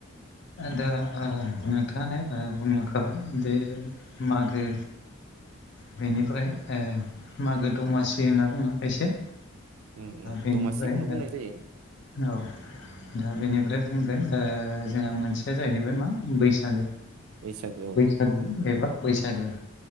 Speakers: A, on the left; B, on the right.
A: दा ओ नोंथाङानो बुंलांखाबाय जे मागो बेनिफ्राय ओ मागो दमासि होनना बुङो खायसे
B: उम उम
A: बेनिफ्राय
B: दमासिखौनो बुंनाय जायो
A: औ दा बेनिफ्राय बुंगोन जोंहा मोनसेया जाहैबाय मा बैसागो
B: बैसागोआव
A: फोरनि एबा बैसागो